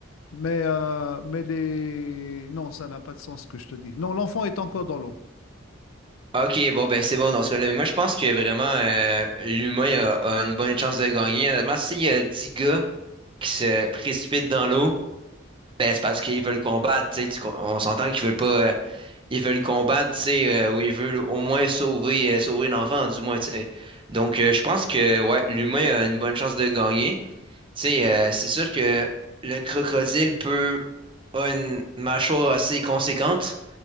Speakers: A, on the left; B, on the right.
A: Mais, euh, mais les... Non, ça n'a pas de sens ce que je te dis. Non, l'enfant est encore dans l'eau.
B: Ok, bon, ben c'est bon dans ce cas-là. Mais moi, je pense que vraiment, euh, l'humain a, a une bonne chance de gagner. Honnêtement, s'il y a 10 gars qui se précipitent dans l'eau, ben c'est parce qu'ils veulent combattre. tu sais. Tu co- on s'entend qu'ils veulent pas. euh, ils veulent combattre, tu sais, euh, ou ils veulent au moins sauver, euh, sauver l'enfant, du moins, tu sais. Donc, euh, je pense que, ouais, l'humain a une bonne chance de gagner. Tu sais, euh, c'est sûr que le crocodile peut. a une mâchoire assez conséquente.